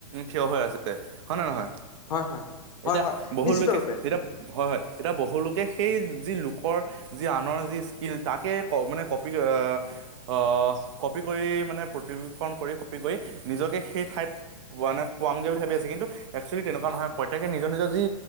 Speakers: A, on the right; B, on the left.
A: থিয় হৈ আছে। হয় নহয়
B: হয় হয় হয়
A: এতিয়া
B: হয়
A: বহু
B: নিশ্চিত
A: লোকে
B: ৰূপে
A: এতিয়া হয়, হয় এতিয়া বহুলোকে সেই যি লোকৰ যি আনৰ যি কি তাকে মানে কপি অ' কপি কৰি মানে প্ৰতিকৰণ কৰি কপি কৰি নিজকে সেই ঠাইত পোৱা নাই পোৱামগৈ বুলি ভাবি আছে কিন্তু একচসুৱেলি তেনেকুৱা নহয় প্ৰত্যেকে নিজৰ নিজৰ যি